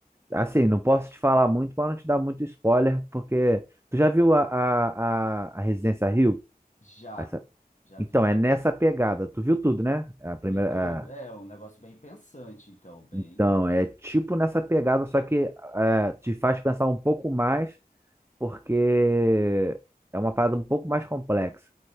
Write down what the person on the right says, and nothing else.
Assim, não posso te falar muito para não te dar muito spoiler, porque tu já viu a, a, a, a Residência Rio?
Essa-
Então,
é nessa pegada. Tu viu tudo, né? A primeira.
a-
Então, é tipo nessa pegada, só que é, te faz pensar um pouco mais, porque é uma parada um pouco mais complexa.